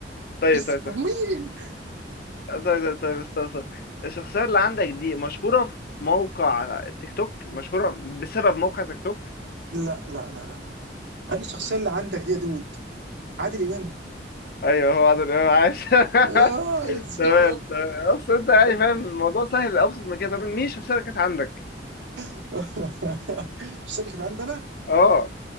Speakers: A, on the left; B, on the right.
A: طيب
B: از
A: طيب طيب
B: مين
A: طيب طيب, طيب استنى استنى. الشخصية اللي عندك دي مشهورة في موقع تيك توك مشهورة بسبب موقع تيك توك
B: لا لا لا لا هل الشخصيه
A: طيب.
B: اللي عندك دي يا دود عادل امام
A: ايوه هو عادل امام عاش <laughs>
B: اه ليتس
A: تمام
B: جو
A: تمام اصل انت يعني فاهم الموضوع سهل لابسط من كده طب مين الشخصيه اللي كانت عندك
B: <laughs> الشخصيه اللي كانت عندنا
A: اه